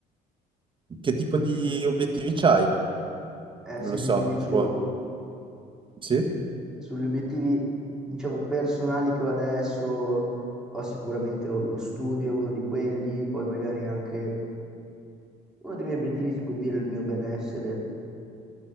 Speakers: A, on the right; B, in the centre.
A: che tipo di obiettivi c'hai?
B: Eh sì,
A: Non lo
B: sì,
A: so,
B: ti dicevo,
A: tipo... Sì?
B: sugli obiettivi, diciamo, personali che ho adesso, ho sicuramente lo, lo studio, è uno di quelli, poi magari anche uno dei miei obiettivi si può dire il mio benessere,